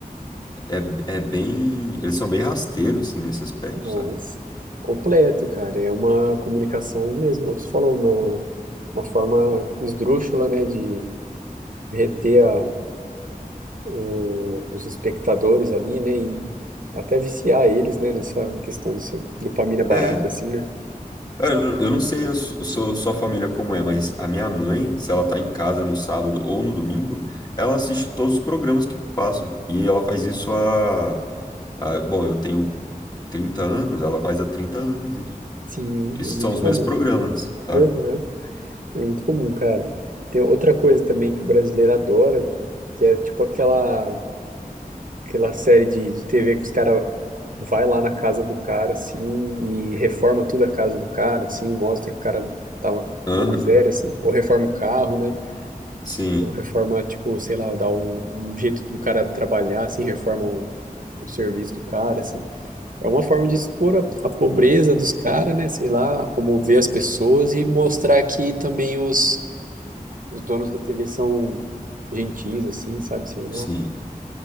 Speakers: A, on the left (about 25°); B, on the right (about 65°).
A: é, é bem. Eles são bem rasteiros, assim, nesse aspecto,
B: Nossa,
A: sabe?
B: completo, cara. É uma comunicação mesmo. Você falou uma, uma forma esdrúxula, né, de reter a, o- os espectadores ali, né, e até viciar eles, né, nessa questão dessa dopamina barata,
A: É.
B: assim, né?
A: Cara, eu eu não sei a su- sua sua família como é, mas a minha mãe, se ela tá em casa no sábado ou no domingo, ela assiste todos os programas que passam. E ela faz isso há, há- bom, eu tenho 30 anos, ela faz há 30 anos isso.
B: Sim,
A: E são
B: é muito
A: os
B: comum.
A: mesmos programas, sabe?
B: Aham, É muito comum, cara. Tem outra coisa também que o brasileiro adora, que é tipo aquela aquela série de, de TV que os caras vai lá na casa do cara, assim, e reforma tudo a casa do cara, assim, mostra o cara tava
A: Aham.
B: numa miséria, assim, ou reforma o carro, né?
A: Sim,
B: Ou reforma, tipo, sei lá, dá um, um jeito do cara trabalhar, assim, reforma o, o serviço do cara, assim. É uma forma de expor a, a pobreza dos caras, né? Sei lá, comover as pessoas e mostrar que também os, os donos da TV são gentis, assim, sabe? Sei lá.
A: sim.